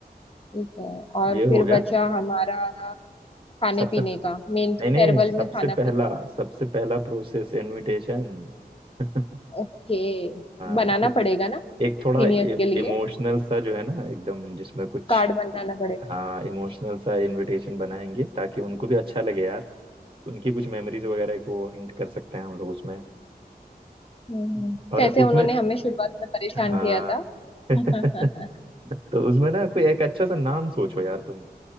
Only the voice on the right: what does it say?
ये
हो गया
सबसे
नहीं
नहीं
सबसे
पहला सबसे पहला प्रोसेस इनविटेशन <laughs>
हाँ
एक,
एक
थोड़ा
इमोशनल सा जो है ना एकदम जिसमें कुछ
हाँ इमोशनल सा इनविटेशन बनाएंगे ताकि उनको भी अच्छा लगे यार उनकी कुछ मेमोरीज वगैरह को हिंट कर सकते हैं हम लोग उसमें
और
उसमें
हाँ
<laughs> तो
उसमें ना कोई एक अच्छा सा नाम सोचो यार तुम